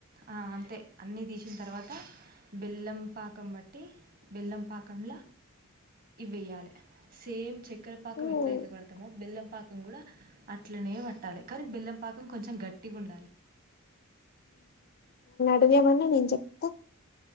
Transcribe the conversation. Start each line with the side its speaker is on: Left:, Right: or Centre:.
Right: ఆ అంతే అన్నీ తీసిన తర్వాత బెల్లం పాకం బట్టి బెల్లం పాకంల ఇవ్ వెయ్యాల సేమ్ చెక్కర పాకం
Left: హలో
Right: ఎట్లా అయితే పడతామో బెల్లం పాకం గుడా అట్లనే పెట్టాలి కానీ బెల్లంపాకం కొంచెం గట్టిగ ఉండాలి
Left: అదేమన్నా నేను చెప్తా